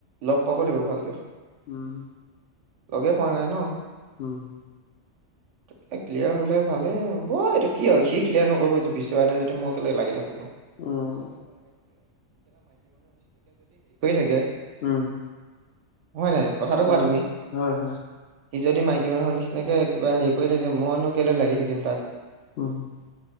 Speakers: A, on the right (about 70°); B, on the left (about 65°).
A: লগ পাব লাগিব ভালকে
B: উম
A: লগেই পোৱা নাই ন
B: উম
A: <inaudible> ত ক্লিয়াৰ হ'লে ভালে হ'ব এইটো কি আৰু সি ক্লিয়াৰ নকৰিব বিচৰা নাই যদি মই একেলগ লাগি থাকো
B: উম
A: ন <inaudible>
B: উম
A: হয় নাই কথাটো
B: হয়
A: কোৱা তুমি
B: হয় হয়
A: সি যদি মাইকী মানুহৰ নিচিনাকৈ কিবা হেৰি কৰি থাকে মইনো কেলৈ লাগি থাকিম তাত
B: <inaudible>